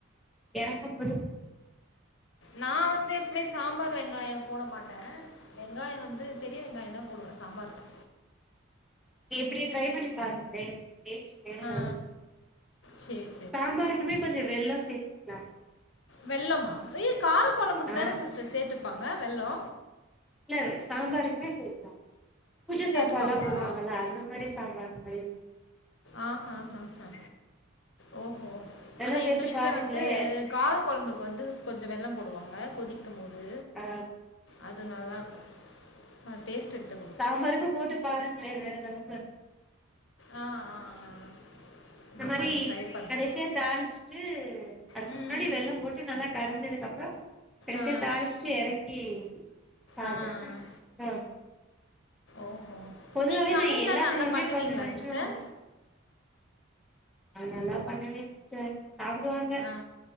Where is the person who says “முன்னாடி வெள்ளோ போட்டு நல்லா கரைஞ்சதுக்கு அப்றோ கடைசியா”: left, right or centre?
Centre